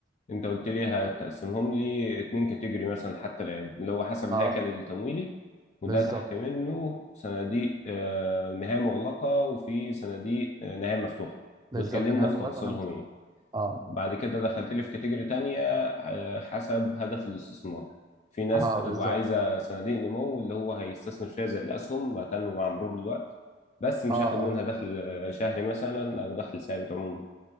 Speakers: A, on the left; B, on the right.
A: انت قلت لي هتقسمهم لي اتنين كاتيجوري مثلا حتى الآن اللي هو حسب
B: اه
A: الهيكل التمويلي وده
B: بالظبط
A: تحت منه صناديق آه، نهاية مغلقة وفي صناديق آه، نهاية مفتوحة
B: بالظبط
A: واتكلمنا
B: نهايه
A: في
B: مغلقه
A: تفاصيلهم
B: ونهايه مفتوحه
A: يعني
B: اه
A: وبعد كده دخلت لي في كاتيجوري تانية آه، حسب هدف الاستثمار في ناس
B: اه
A: بتبقى
B: بالظبط
A: عايزة صناديق نمو اللي هو هيستثمر فيها زي الأسهم هتنمو مع مرور الوقت بس مش
B: اه
A: هياخد
B: اه
A: منها دخل آه، شهري مثلا أو دخل ثابت عموما